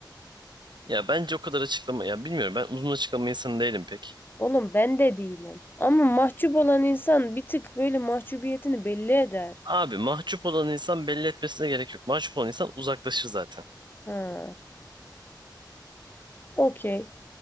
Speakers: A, on the right; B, on the left.
A: Ya bence o kadar açıklama ya bilmiyorum ben uzun açıklama insanı değilim pek.
B: Oğlum ben de değilim. Ama mahcup olan insan bir tık böyle mahcubiyetini belli eder.
A: Abi mahcup olan insan belli etmesine gerek yok. Mahcup olan insan uzaklaşır zaten.
B: Ha, okey.